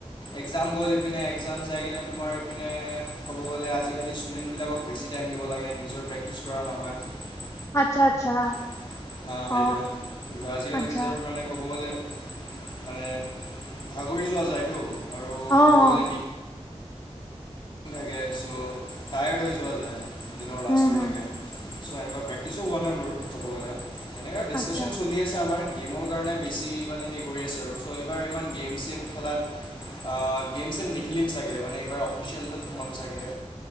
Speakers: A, on the left; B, on the left.
A: এক্জাম গ'ল ইপিনে এক্জাম চাই কিনে তোমাৰ পিনে ক'ব গ'লে আজিকালি ষ্টুডেণ্টবিলাকক বেছি টাইম দিব লাগে নিজৰ প্ৰেক্টিছ কৰা নহয়।
B: আচ্ছা আচ্ছা।
A: অ
B: অ
A: সেইটোৱে আজিকালি
B: আচ্ছা
A: নিজৰ মানে ক'ব গ'লে মানে ভাগৰি যোৱা যায়তো। আৰু
B: অহ
A: ক'ব
B: অহ।
A: গ'লে ই ছ' হৈ যোৱা যায়। দিনৰ লাষ্টৰ
B: হম হম
A: লৈকে। চ' <unintelligible> প্ৰেক্টিছো হোৱা নাই বাৰু কব গ'লে। সনেকা ডিচকাচন
B: আচ্ছা
A: চলি আছে আমাৰ জিমৰ কাৰণে বেছি মানে হেৰি কৰি আছে আৰু। ত' এইবাৰ ইমান গেম চেম খেলাত, অ গেম চেম নেখেলিম চাগে মানে এইবাৰ অফিচিয়েল্ছত সোমাম চাগে।